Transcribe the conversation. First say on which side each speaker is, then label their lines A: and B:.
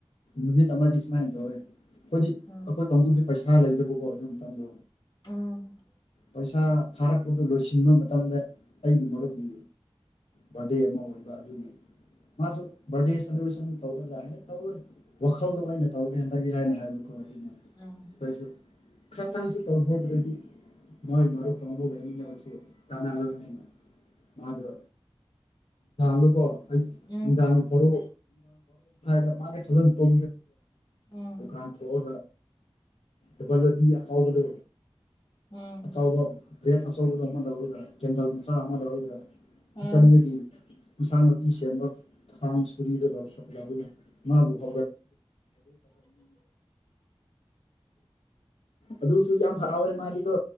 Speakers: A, on the left; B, on the left.
A: ꯅꯨꯃꯤꯠ ꯑꯃꯗꯤ ꯁꯨꯃꯥꯏꯅ ꯇꯧꯋꯦ ꯑꯩꯈꯣꯏꯗꯤ
B: ꯎꯝ
A: ꯑꯩꯈꯣꯏ ꯀꯥꯡꯕꯨꯗꯤ ꯄꯩꯁꯥ ꯂꯩꯗꯕꯀꯣ ꯑꯗꯨꯝ ꯇꯝꯗ
B: ꯎꯝ
A: ꯄꯩꯁꯥ ꯊꯥꯔꯛꯄꯗꯨ ꯂꯣꯏꯁꯤꯟꯕ ꯃꯇꯝꯗ ꯑꯩꯒꯤ ꯃꯔꯨꯞꯗꯤ ꯕꯥꯔꯗꯦ ꯑꯃ ꯑꯣꯏꯕ ꯑꯗꯨꯅꯤ ꯃꯥꯁꯨ ꯕꯔꯗꯦ ꯁꯦꯂꯕ꯭ꯔꯦꯁꯟ ꯇꯧꯒꯗꯔ ꯇꯧꯔꯣ ꯋꯥꯈꯜꯗꯣ ꯑꯣꯏꯅ ꯇꯧꯒꯦ ꯍꯟꯗꯒꯦ ꯍꯥꯏꯅ ꯍꯥꯏꯕꯀꯣ ꯑꯗꯨꯅ
B: ꯎꯝ
A: ꯀꯣꯏꯁꯨ ꯈꯔꯇꯥꯡꯁꯨ ꯇꯧꯍꯧꯗ꯭ꯔꯗꯤ ꯃ‌ꯣꯏ ꯃꯔꯨꯞ ꯀꯥꯡꯕꯨ ꯂꯩꯃꯤꯟꯅꯕꯁꯤ <inaudible> ꯍꯥꯏꯅ ꯃꯥꯗ ꯃꯦꯀꯣ ꯑꯩ
B: ꯎꯝ
A: ꯑ ꯊꯔ ꯐꯔ ꯊ ꯃꯥꯒꯤ ꯐꯖꯟ ꯇ
B: ꯎꯝ
A: ꯗꯨ ꯀꯥꯟ ꯐꯒꯣ ꯑꯕꯗ
B: ꯎꯝ
A: ꯑꯆꯥꯎꯕ ꯕ꯭ꯔꯦꯗ ꯑꯆꯧꯕꯗꯣ ꯑꯃ ꯂꯧꯔꯒ ꯀꯦꯟꯗꯜ ꯃꯆꯥ ꯑꯃ ꯂꯧꯔꯒ
B: ꯎꯝ
A: ꯀꯤꯠꯆꯟꯗꯒꯤ ꯏꯟꯁꯥꯡ ꯅꯥꯄꯤ ꯁꯦꯝꯕ ꯊꯥꯡ ꯁꯨꯔꯤꯗꯨ <inaudible> ꯃꯥꯕꯨ <inaudible> ꯑ ꯑꯗꯨ ꯁꯨ ꯌꯥꯝ ꯌꯥꯝ ꯐꯔ ꯑꯣꯏ ꯃꯥꯗꯤꯀꯣ